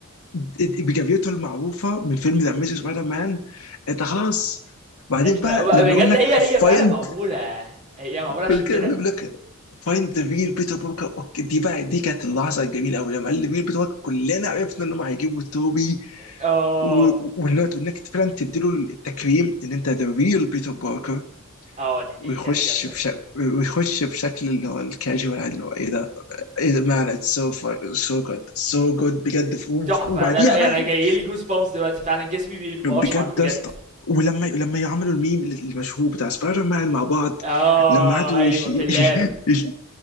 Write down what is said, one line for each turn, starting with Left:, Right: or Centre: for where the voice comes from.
Left: ب- بجريته المعروفه من فيلم ذا اميزنج سبايدر مان انت خلاص بعدين
Right: انت
Left: بقى
Right: بقى
Left: لما
Right: بجد
Left: يقول لك
Right: هي هي فعلا
Left: فايند
Right: معموله هي معموله عشان
Left: الكلمه
Right: كده
Left: اللي بيقول لك فايند ذا ريل بيتر بوركر اوكي دي بقى دي كانت اللحظه الجميله قوي لما قال لي ريل بيتر بوركر كلنا عرفنا انهم هيجيبوا توبي
Right: اه
Left: و- والنوت وانك فعلا تديله التكريم ان انت ذا ريل بيتر باركر
Right: اه دي دي
Left: ويخش
Right: جامده
Left: بشكل ويخش بشكل اللي هو الكاجوال عادي اللي هو ايه ده ايه ده مان اتس سو سو جود سو جود بجد ف-
Right: تحفه
Left: وبعديها
Right: لا لا يعني
Left: بقى
Right: جايلي جوز بامس دلوقتي فعلا جسمي بيبقى
Left: بجد
Right: اشعر بجد
Left: يا اسطى ولما لما يعملوا الميم المشهور بتاع سبايدر مان مع بعض
Right: اه
Left: لما قعدوا
Right: أيوه
Left: يش...
Right: في اللاب
Left: <laughs> يش...